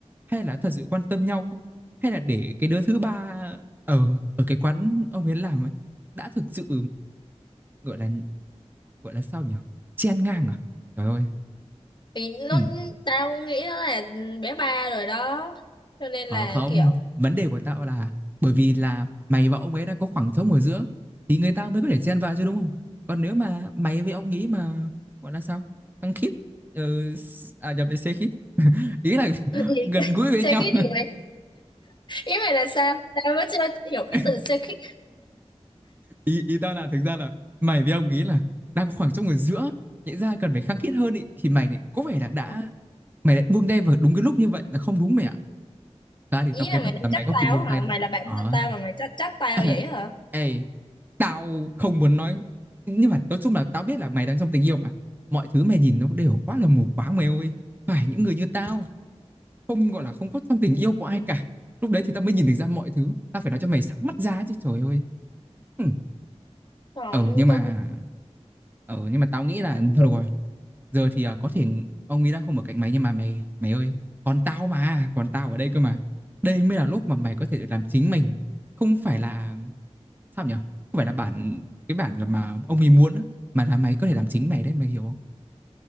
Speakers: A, on the right (about 15°); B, on the left (about 45°).
A: hay là thật sự quan tâm nhau không? Hay là để cái đứa thứ ba ở ở cái quán ông ấy làm ấy đã thực sự gọi là gọi là sao nhỉ? Chen ngang à? Trời ơi.
B: Thì
A: Ừ.
B: nó tao nghĩ nó là bé ba rồi đó cho nên
A: Ờ
B: là
A: không,
B: kiểu
A: vấn đề của tao là bởi vì là mày và ông ấy đang có khoảng trống ở giữa thì người ta mới có thể chen vào chứ đúng không? Còn nếu mà mày với ông ý mà gọi là sao? Khăng khít ờ, à nhập về xe khít. Ý là <laughs>
B: <laughs> gì?
A: gần gũi với
B: xe
A: nhau.
B: khít gì mày ý mày là sao tao vẫn chưa hiểu
A: <laughs>
B: cái từ xe khít
A: Ý ý tao là thực ra là mày với ông ý là đang có khoảng trống ở giữa, nhẽ ra cần phải khăng khít hơn ý, thì mày lại có vẻ là đã
B: Ừ.
A: mày lại buông tay vào đúng cái lúc như vậy là không đúng mày ạ. Ta thì
B: ý
A: tao kém
B: là mày
A: bắt
B: đang
A: là mày
B: trách
A: có
B: tao
A: kịp buông
B: hả
A: tay đâu.
B: mày là bạn
A: Ờ
B: thân tao mà mày trách trách tao
A: <laughs>
B: vậy hả
A: Ê, tao không muốn nói nhưng mà nói chung là tao biết là mày đang trong tình yêu mà mọi thứ mày nhìn nó đều quá là mù quáng mày ơi phải những người như tao không gọi là không có trong tình yêu của ai cả lúc đấy thì tao mới nhìn được ra mọi thứ tao phải nói cho mày sáng mắt ra chứ trời ơi ừ.
B: còn
A: ờ nhưng mà
B: tao buồn
A: ờ nhưng mà tao nghĩ là
B: lắm luôn
A: thôi được rồi giờ thì à, có thể ông ấy đang không ở cạnh mày nhưng mà mày mày ơi còn tao mà còn tao ở đây cơ mà đây mới là lúc mà mày có thể được làm chính mình không phải là sao nhỉ không phải là bản cái bản mà ông ấy muốn á, mà là mày có thể làm chính mày đấy mày hiểu không